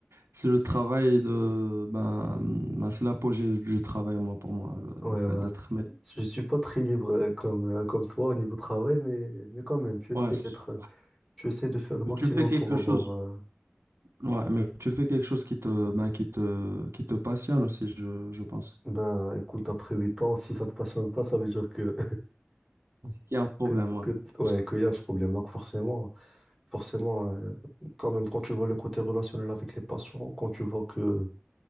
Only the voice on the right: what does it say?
c'est le travail de ben, ben, c'est l'apogée du travail moi pour moi le,
le fait
d'être maître.
Ouais, c'est
sûr.
Mais
Tu fais quelque
chose
ouais, mais tu fais quelque chose qui te ben, qui te qui te passionne aussi je, je pense.
Il y a un problème
ouais.
C'est sûr.